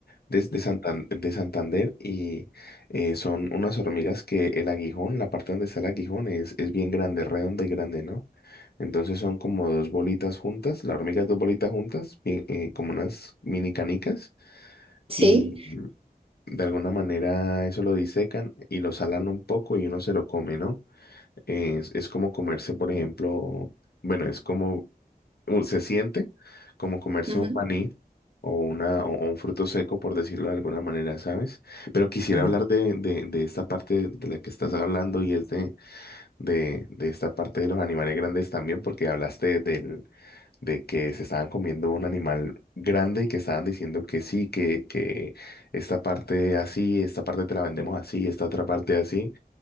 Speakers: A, on the left; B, on the right.
A: desde Santan- de Santander y eh, son unas hormigas que el aguijón, la parte donde está el aguijón es, es bien grande, redonda y grande, ¿no? Entonces son como dos bolitas juntas, la hormiga es dos bolitas juntas, bien, eh, como unas mini canicas.
B: Sí.
A: y de alguna manera eso lo disecan y lo salan un poco y uno se lo come, ¿no? Es, es como comerse, por ejemplo, bueno, es como, u- se siente como comerse
B: Ujú,
A: un maní o, una, o, o un fruto seco, por decirlo de alguna manera, ¿sabes? Pero quisiera
B: claro.
A: hablar de, de, de esta parte de la que estás hablando y es de, de, de esta parte de los animales grandes también, porque hablaste del, de que se estaban comiendo un animal grande y que estaban diciendo que sí, que, que esta parte así, esta parte te la vendemos así, esta otra parte así.